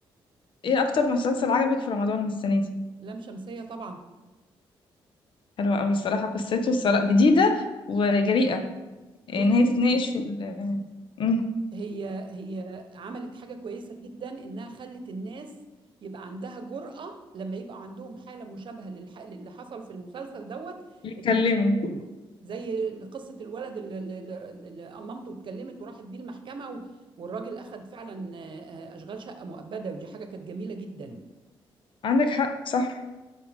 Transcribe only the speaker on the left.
ايه أكتر مسلسل عجبك في رمضان السنة دي؟
حلوة أوي الصراحة قصته الصراحة جديدة وجريئة يعني
إن هي تتناقش في ال... مم.
يتكلموا
عندك حق صح